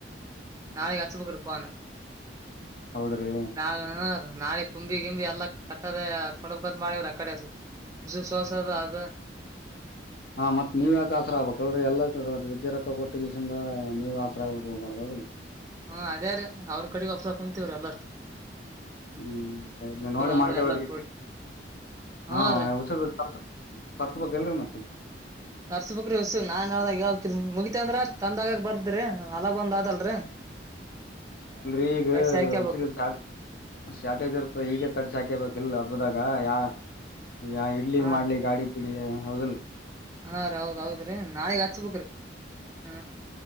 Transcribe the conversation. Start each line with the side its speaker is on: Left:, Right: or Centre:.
Right: <unintelligible> ನಾಳಿಗ್ ಹಚ್ಚಬೆಕ್ ರೀ ಫೋನ
Left: ಹೌದ್ರೀ.
Right: <unintelligible> ನಾಳೆ ಕುಂಬಿ ಗಿಂಬಿ ಎಲ್ಲ ಕಟ್ಟದೆ ಕೊಡಬೇಕತ್ತ್ ಮಾಡಿವ್ರ ಆ ಕಡೆ <unintelligible> ತ್ತದ್ ಆದ.
Left: ಹಾ ಮತ್ತ್ ನೀವ್ ಯಾಕ ಆಸರ ಆಗ್ಬೇಕಲ್ರಿ <unintelligible> ರೊಕ್ಕ ಕೊಟ್ಟ ಗಿಸಿಂದ ನೀವ್ ಆಸರ ಆಗ್ಲಿಕ್ ಹೋಗ್ಬಾರ್ದ ಹೌದಿಲ್ಲ್.
Right: ಹಾ ಅದೇರಿ ಅವ್ರ <unintelligible> ಕುಂತಿವ್ರಿ ಅಲ್ಲ ಅಷ್ಟು
Left: ಹ್ಮು ನೋಡಿ
Right: ಅದು
Left: ಮಾಡ್ಕೊಬೇಕ್ರಿ
Right: ಎಲ್ಲಾ ಕೂಡಿ
Left: ಈಗಾ. <unintelligible>
Right: ಹಾ ರೀ
Left: ತರ್ಸ್ಬೇಕ್ ಇಲ್ರಿ ಇವ್ ಮತ್ತ್.
Right: ತರ್ಸಬೇಕ್ರಿ ಇಸ್ಸ್ ನಾನ್ ಹೇಳದಾಗ <unintelligible> ಮುಗಿತ ಅಂದ್ರ ತಂದಾಗ್ ಬರ್ದ್ರಿ <unintelligible> <inaudible>
Left: ಅಲ್ರಿ ಈಗ
Right: ತರ್ಸಿ ಹಾಕ್ಯಬೇಕ್ರಿ
Left: <unintelligible> ಶ್ಯಾಟೇಜ್ ಇರುತ್ತೆ ಈಗ ತರ್ಸಿ ಹಾಕೇಬೇಕ ಇಲ್ಲ್ ಹಬ್ಬದಾಗ ಯಾ ಯಾ ಇಡ್ಲಿ
Right: ಹಾ
Left: ಮಾಡ್ಲಿ ಗಾಡಿ ಪಿಡಿ ಹೌದಿಲ್ಲ್.
Right: ಹಾ ರೀ ಹೌದ್ ಹೌದ್ರೀ ನಾಳೆಗ್ ಹಚ್ಬೇಕ್ರಿ ಅ.